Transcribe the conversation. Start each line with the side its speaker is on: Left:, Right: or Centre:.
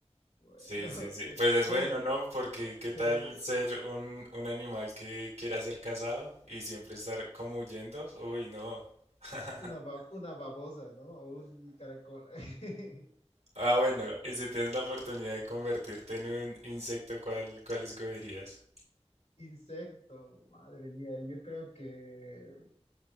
Left: Bueno,
Right: Sí, sí, sí.
Left: eh,
Right: Pues es
Left: suena
Right: bueno, ¿no? Porque
Left: se-
Right: qué tal ser un, un animal que quiera ser cazado y siempre estar como huyendo. Uy, no. <laughs>
Left: una, ba- una babosa, ¿no? O un caracol. <laughs>
Right: Ah, bueno, y si tienes la oportunidad de convertirte en un insecto, ¿cuál, cuál escogerías?
Left: Insecto, madre mía, yo creo que,